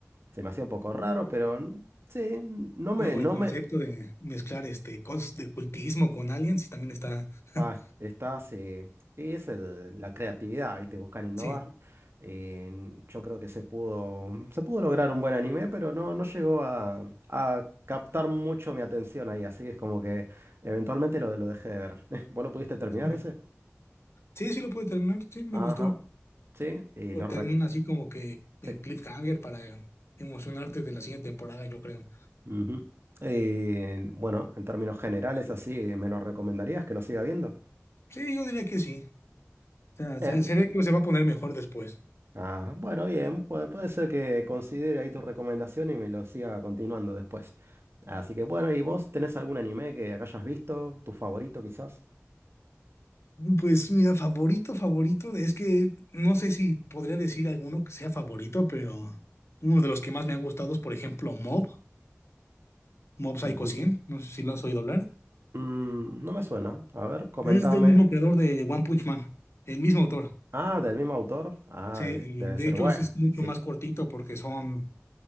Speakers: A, on the right; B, on the left.
A: Se me hacía un poco raro, pero... Sí, no me,
B: Luego
A: no
B: el concepto
A: me
B: de mezclar este cosas de cultismo con aliens y también está. <laughs>
A: Ah, estás, eh, y es el- la creatividad, ¿viste? Buscan innovar.
B: Sí.
A: Eh, yo creo que se pudo, se pudo lograr un buen anime, pero no, no llegó a, a captar mucho mi atención ahí, así que es como que eventualmente lo, lo dejé de ver. <laughs> ¿Vos lo pudiste terminar
B: <laughs>
A: ese?
B: Sí, sí lo puede terminar. Sí, me
A: Ajá,
B: gustó.
A: sí, y
B: Lo
A: lo
B: termina
A: re-
B: así como que en
A: sí.
B: cliffhanger para emocionarte de la siguiente temporada, yo creo.
A: Ujú. Eh, bueno, en términos generales, así, ¿me lo recomendarías que lo siga viendo?
B: Sí, yo diría que sí. O sea,
A: Bien.
B: se, se ve que se va a poner mejor después.
A: Ah, bueno, bien, puede, puede ser que considere ahí tu recomendación y me lo siga continuando después. Así que bueno, ¿y vos tenés algún anime que hayas visto? ¿Tu favorito quizás?
B: Pues mira, favorito, favorito, es que no sé si podría decir alguno que sea favorito, pero uno de los que más me ha gustado es, por ejemplo, Mob, Mob Psycho
A: Ujú.
B: 100, no sé si lo has oído hablar.
A: Mm, no me suena. A ver, comentame.
B: Es del mismo creador de One Punch Man, el mismo autor.
A: Ah, del mismo autor. Ah,
B: Sí,
A: de-
B: y
A: debe
B: de
A: ser
B: hecho
A: bueno.
B: ese es mucho
A: Sí,
B: más cortito porque son,